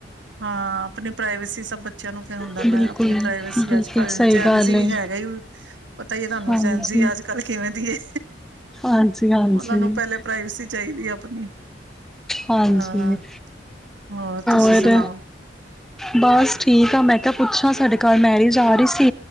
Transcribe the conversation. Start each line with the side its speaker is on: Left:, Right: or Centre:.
Right: ਹਾਂ, ਆਪਣੀ ਪ੍ਰਾਈਵੇਸੀ ਸਭ ਬੱਚਿਆਂ ਨੂੰ ਕ ਹੁੰਦਾ
Centre: ਬਿਲਕੁਲ
Right: ਮੈਂ ਆਪਣੀ ਪ੍ਰਾਈਵੇਸੀ
Centre: ਬਿਲਕੁਲ
Right: ਅੱਜ ਕੱਲ
Centre: ਸਹੀ
Right: ਜੈਨਸ
Centre: ਗੱਲ
Right: ਹੀ
Centre: ਹੈ
Right: ਹੈਗੇ ਹੀ ਪਤਾ ਤੁਹਾਨੂੰ
Centre: ਹਾਂਜੀ
Right: ਜੈਨਜੀ ਅੱਜ ਕੱਲ੍ਹ ਕਿਵੇਂ ਦੀ ਏ
Centre: ਹਾਂਜੀ ਹਾਂਜੀ
Right: ਉਹਨਾਂ ਨੂੰ ਪਹਿਲੇ ਪ੍ਰਾਈਵੇਸੀ ਚਾਹੀਦੀ ਆਪਣੀ,
Centre: ਹਾਂਜੀ
Right: ਹਾਂ ਹੋਰ ਤੁਸੀਂ
Centre: ਹੋਰ
Right: ਸੁਣਾਓ
Centre: ਬਸ ਠੀਕ ਆ ਮੈਂ ਕਿਹਾ ਪੁੱਛਾਂ ਸਾਡੇ ਕੱਲ ਮੈਰਿਜ ਆ ਰਹੀ ਸੀ